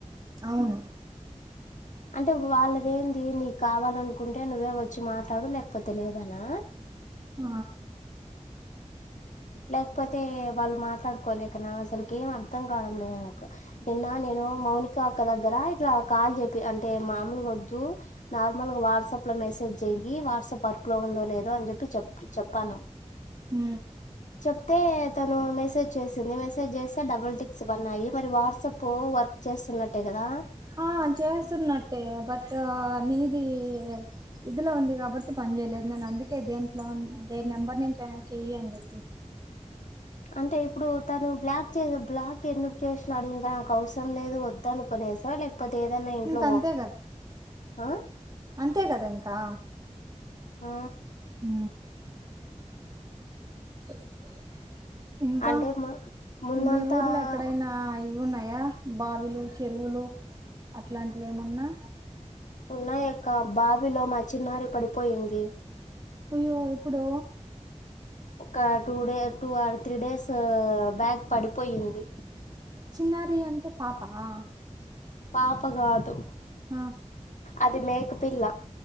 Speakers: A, on the right (about 30°); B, on the left (about 75°).
A: అవును
B: అంటే వాళ్ళదేంది నీకు కావాలనుకుంటే నువ్వే వచ్చి మాట్లాడు లేకపోతే లేదు అనా
A: ఆ
B: లేకపోతే వాళ్ళు మాట్లాడుకోలేకనా అసలికి ఏం అర్థం కావడంలేదు అక్క నిన్న నేను మౌనిక అక్క దగ్గర ఇట్ల కాల్ జెపి అంటే మాముల్ గొద్దు నార్మల్గా వాట్సాప్ లో మెసేజ్ చెయ్యి వాట్సాప్ వర్కులో ఉందో లేదో అని చెప్పి చె చెప్పాను
A: ఊ
B: అంతే తనూ మెసేజ్ చేసింది మెసేజ్ చేస్తే డబుల్ టిక్స్ పడినాయి మరి వాట్సాప్ వర్క్ చేస్తున్నట్టే కదా
A: ఆ చేస్తున్నట్టే బట్ నీది ఇదిలో ఉంది కాబట్టి పని చేయలేదు నేను అందుకే దేంట్లో దేని నెంబర్ నుంచి అయిన చెయ్యి అంది
B: అంటే ఇప్పుడు తను బ్లాక్ చేయు బ్లాక్ ఎందుకు చేసినాడు ఇగ నాకు అవసరం లేదు వద్దనికొనేసా లేక పోతే ఏదన్నా ఇంట్లో
A: ఇంక అంతే
B: ఆయ్
A: అంతె గదా ఇంకా
B: ఊ
A: ఊ అ <inaudible> ఇంక
B: అంటే ము ముందంతా
A: మీ ఊర్లో ఎక్కడైనా ఇ ఉన్నయా బావిలు చెరువులు అట్లాంటివి ఏమున్నా
B: ఉన్నాయక్క బావిలో మా చిన్నారి పడిపోయింది
A: అయ్యో ఎప్పుడూ
B: ఒక two day two or three days back పడిపోయింది
A: చిన్నారి అంటే పాప ఆ
B: పాప గాదు
A: ఆ
B: అది మేక పిల్ల